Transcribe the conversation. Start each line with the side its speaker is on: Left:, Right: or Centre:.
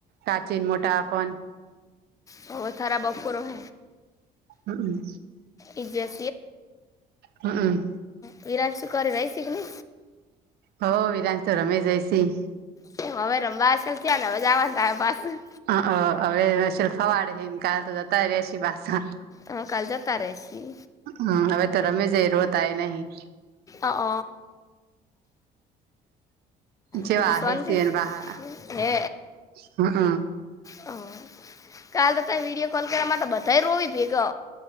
Right: કાચીને મોટકોન
Left: હ થરા બપોરો હ
Right: હમમ.
Left: ઈજ
Right: હમમ
Left: વિરાટ શું કરી રઈ
Right: હોવ વિધાનંત તો રમેશ જયસિહ
Left: એમ હવે <unintelligible>
Right: હ હવે ફવાડે છે ને કાલ તો જતાય રસી બાસણ
Left: હા કાલ જતા રહેસી
Right: હમ હવે તો રમે જ એ રોતાય નહીં
Left: અ હ
Right: જેવા
Left: બીજી સોતિ
Right: હે સી વાહા
Left: હે.
Right: હમમ
Left: હ કાલ દતા વિડીયો કોલ કર મા તો બધા રોવી ભેગો.